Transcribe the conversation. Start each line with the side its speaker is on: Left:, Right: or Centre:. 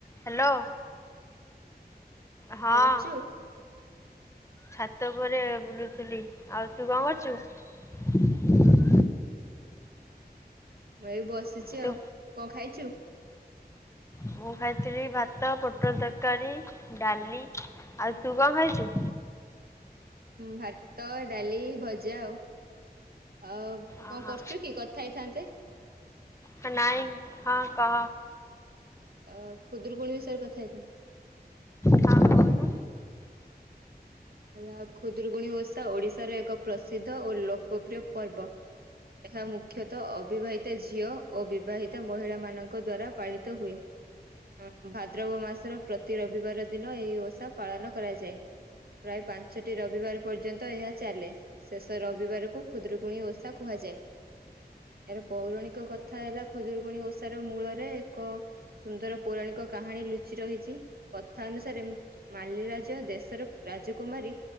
Left: Hello. ହଁ।
Right: କଣ କରୁଛୁ?
Left: ଛାତ ଉପରେ ବୁଲୁଥିଲି ଆଉ ତୁ କଣ କରୁଛୁ?
Right: ମୁଁ ଏବେ ବସିଛି
Left: ତୁ
Right: ଆଉ କଣ ଖାଇଛୁ?
Left: ମୁଁ ଖାଇଥିଲି ଭାତ ପୋଟଳ ତରକାରୀ ଡାଲି। ଆଉ ତୁ କଣ ଖାଇଛୁ।
Right: ଭାତ ଡାଲି ଭଜା ଆଉ ଆଉ କଣ
Left: ଓହୋ
Right: କରୁଛୁ କି କଥା ହେଇଥାନ୍ତେ।
Left: ହ ନାଇଁ ହଁ କ।
Right: ଅ ଖୁଦରୁକୁଣ ବିଷରେ କଥା ହେଇଥାନ୍ତେ।
Left: ତାପ
Right: ହେଲା ଖୁଦରଗୁଣୀ ଓଷା ଓଡିଶାର ଏକ ପ୍ରସିଦ୍ଧ ଓ ଲୋକପ୍ରିୟ ପର୍ବ। ଏହା ମୁଖ୍ୟତଃ ଅବିବାହିତ ଝିଅ ଓ ବିବାହିତ ମହିଳା ମାନଙ୍କ ଦ୍ଵାରା ପାଳିତ ହୁଏ। ଅ ଭାଦ୍ରବ ମାସର ପ୍ରତି ରବିବାର ଦିନ ଏହିଇ ଓଷା ପାଳନ କରାଯାଏ। ପ୍ରାୟ ପାଞ୍ଚଟି ରବିବାର ପର୍ଯ୍ୟନ୍ତ ଏହା ଚାଲେ ଶେଷ ରବିବାରକୁ ଖଷୁଦ୍ରରୁକୁଣୀ ଓଷା କୁହାଯାଏ। ଏହାର ପୌରାଣିକ କଥା ହେଲା ଖୁଜୁରକୁଣୀ ଓଷାର ମୂଳରେ ଏକ ସୁନ୍ଦର ପୌରାଣିକ ଏକ କାହାଣୀ ଲୁଚି ରହିଛି କଥା ଅନୁସାରେ ମାଲିରାଜ ଦେଶର ରାଜକୁମାରୀ